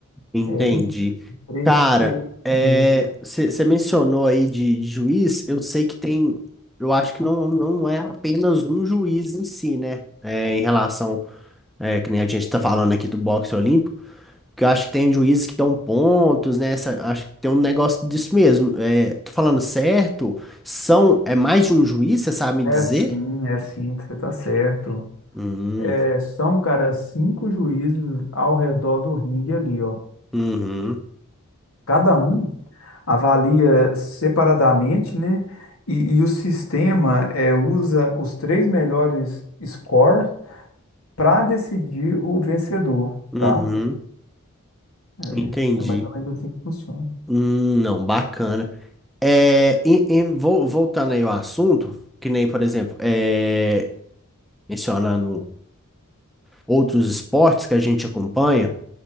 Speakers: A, in the centre; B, on the left (about 70°).
A: Entendi.
B: É isso, três,
A: Cara,
B: três meios aí.
A: você mencionou aí de, de juiz, eu sei que tem, eu acho que não, não é apenas um juiz em si, né? É, em relação, é, que nem a gente tá falando aqui do boxe olímpico, porque eu acho que tem juízes que dão pontos, né? Essa- acho que tem um negócio disso mesmo. É, tô falando certo? São, é mais de um juiz, você sabe me
B: É
A: dizer?
B: sim, é sim, você tá certo.
A: Hum,
B: É, são, cara, cinco juízes ao redor do ringue ali, ó.
A: uhum,
B: Cada um avalia separadamente, né? E, e o sistema é, usa os três melhores scores para decidir o vencedor,
A: uhum,
B: tá? É,
A: entendi.
B: é mais ou menos assim que funciona.
A: Hum, não, bacana. É, em- em- vol- voltando aí ao assunto, que nem, por exemplo, é, mencionando outros esportes que a gente acompanha,